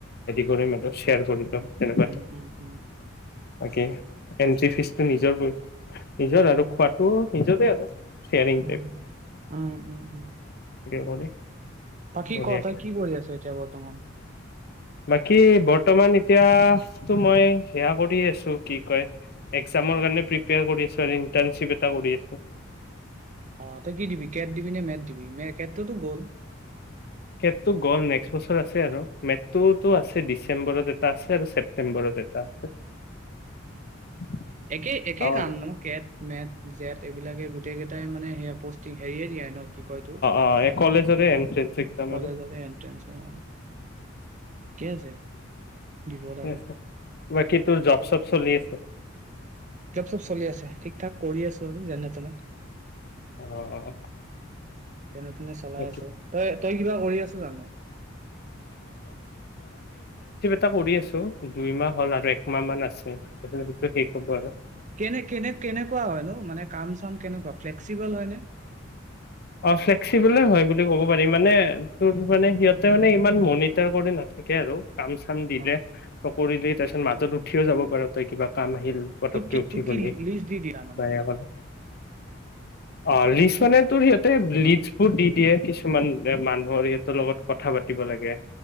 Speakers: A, on the left (about 50°); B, on the right (about 40°).
A: কৰিম এটা শ্বেয়াৰ কৰি দম তেনেকুৱ
B: উম উম উম
A: বাকী এনট্ৰি ফিজ ত নিজৰ বৈ নিজৰ
B: উম
A: আৰু
B: উম
A: খোৱাটো নিজতে আৰু <inaudible> শেয়াৰিংটো
B: উম, উম উম উম
A: কনে
B: বাকী
A: বঢ়িয়াক
B: ক তই কি কৰি আছ এতিয়া বৰ্তমান?
A: বাকী বৰ্তমান এতিয়া মই সেয়া কৰি আছো কি কয় একজামৰ কাৰণে প্ৰিপেয়াৰ কৰি আছোঁ আৰু ইণ্টাৰ্ণশ্বিপ এটা কৰি আছো
B: অ তই কি দিবি কেট দিবি নে মেট দিবি মে কেটটোতো গ'ল
A: সেইটো গ'ল নেক্সট বছৰ আছে আৰু মেথটোতো আছে ডিচেম্বৰত এটা আছে আৰু ছেপ্তেম্বৰত এটা আছে
B: একেই একেই
A: অ
B: কাম ন কে মেট জেট এইবিলাকে গোটেই কেইটাই মানে সেয়া পষ্টিক হেৰিয়ে দিয়ে ন কি কয় তোৰ
A: অ এই কলেজৰে এন্ট্ৰেন্স এক্সাম
B: কলেজতে
A: আৰু
B: এণ্ট্ৰেন্স হয় ঠিকে আছে দিব লাগে
A: ঠিকে আছে। বাকী তোৰ জব চব চলি আছে
B: জব চব চলি আছে ঠিক ঠাক কৰি আছো আৰু যেনে তেনে
A: অ
B: যেনে তেনে চলাই
A: বাকী
B: আছো তই তই কিবা কৰি আছো জান
A: টা কৰি আছো দুই মাহ হল আৰু একমাহ মান আছে শেষ হ'ব
B: অ
A: আৰু
B: কেনে কেনে কেনেকুৱা হয়নো মানে কাম চাম কেনেকুৱা ফ্লেক্সিবল হয়নে
A: অ ফ্লেক্সিবলে হয় বুলি ক'ব পাৰি মানে তোৰ মানে সিহঁতে মানে ইমান মনিটাৰ কৰি নাথাকে আৰু কাম চাম দিলে
B: অ
A: কৰিলেই তাৰপিছত মাজত উঠিয়ও যাব পাৰ তই কিবা কাম আহিল পতককে
B: তোক কি
A: উঠি
B: তোক কি
A: প
B: লিষ্ট দি দিয়ে মানে?
A: বাহয়া <inaudible> হল অ লিচ
B: তোক
A: মানে তোৰ সিহঁত লিজপুৰ
B: অ।
A: কিছুমান এ মানুহৰ সিহঁতৰ লগত কথা পাতিব লাগে